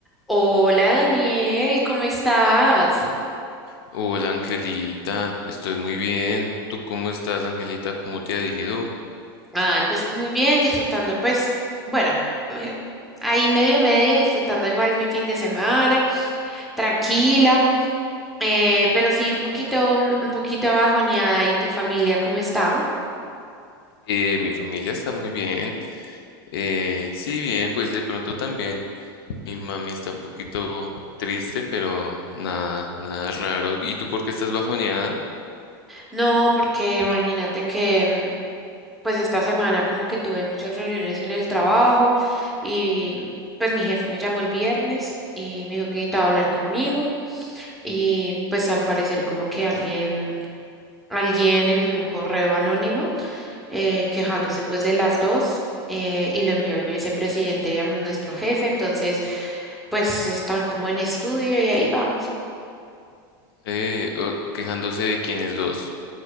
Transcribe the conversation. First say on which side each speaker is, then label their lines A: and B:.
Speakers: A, in the centre; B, on the left.
A: Hola Daniel, ¿cómo estás?
B: Hola Angelita, estoy muy bien. ¿Tú cómo estás, Angelita? ¿Cómo te ha ido?
A: Ay, pues muy bien, disfrutando, pues, bueno, eh, ahí medio medio, disfrutando igual mi fin de semana, tranquila, eh, pero sí un poquito, un poquito bajoneada. ¿Y tu familia cómo está?
B: Eh, mi familia está muy bien. Eh, sí, bien, pues de pronto también mi mami está un poquito triste, pero nada, nada raro. ¿Y tú por qué estás bajoneada?
A: No, porque imagínate que mm, pues esta semana como que tuve muchas reuniones en el trabajo y pues mi jefe me llamó el viernes y me dijo que necesitaba hablar conmigo y pues al parecer como que alguien alguien envió un correo anónimo eh, quejándose pues de las dos eh, y lo envió al vicepresidente y a nuestro jefe, entonces pues está como en estudio y ahí va.
B: Eh, o- quejándose de quiénes dos.